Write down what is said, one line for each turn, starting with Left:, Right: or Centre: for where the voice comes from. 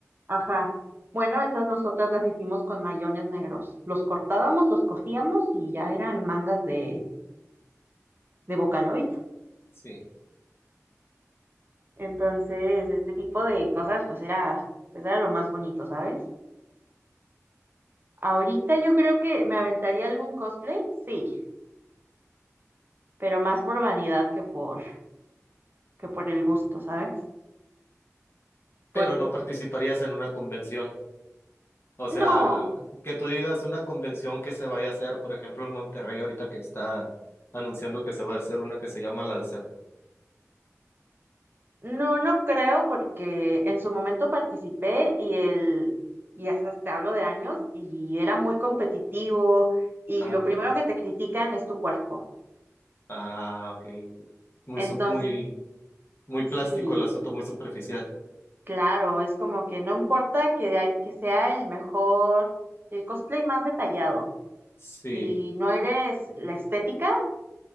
Right: Ajá. Bueno, esas nosotras las hicimos con mayones negros. Los cortábamos, los cosíamos y ya eran mangas de, de Vocaloid.
Left: Sí.
Right: Entonces, este tipo de cosas, pues era, pues era lo más bonito, ¿sabes? Ahorita yo creo que me aventaría algún cosplay, sí, pero más por vanidad que por, que por el gusto, ¿sabes? Por,
Left: Pero no participarías en una convención. O
Right: no,
Left: sea, a- que tú digas una convención que se vaya a hacer, por ejemplo, en Monterrey ahorita que están anunciando que se va a hacer una que se llama la de
Right: no, no creo, porque en su momento participé y el, y hasta te hablo de años, y era muy competitivo, y
Left: Ah,
Right: lo primero
Left: poco.
Right: que te critican es tu cuerpo.
Left: Ah, ok. Muy,
Right: Entonces,
Left: sub- muy, muy plástico
Right: sí.
Left: el asunto, muy superficial.
Right: Claro, es como que no importa que, de ahí- que sea el mejor, el cosplay más detallado.
Left: Sí,
Right: Si no eres la estética,